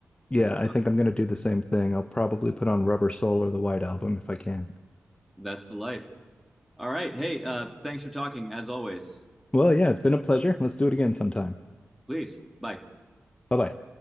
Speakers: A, on the left; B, in the centre.
A: Yeah,
B: So
A: I think I'm going to do the same thing. I'll probably put on Rubber Soul or the White Album if I can.
B: that's the life. All right. Hey, uh, thanks for talking as always.
A: Well, yeah, it's been a pleasure. Let's do it again sometime.
B: Please, bye.
A: Bye bye.